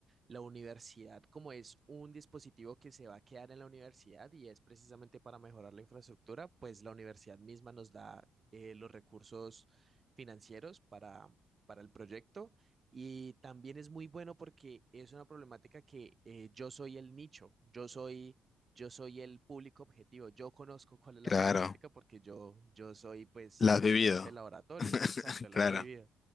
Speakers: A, on the right; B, on the left.
A: la universidad, como es un dispositivo que se va a quedar en la universidad y es precisamente para mejorar la infraestructura, pues la universidad misma nos da eh, los recursos financieros para, para el proyecto y también es muy bueno porque es una problemática que eh, yo soy el nicho, yo soy, yo soy el público objetivo, yo conozco cuál es la
B: Claro,
A: problemática porque yo, yo soy pues
B: la has
A: estudiante
B: vivido.
A: de laboratorio,
B: <laughs>
A: exacto, la
B: Claro.
A: he vivido.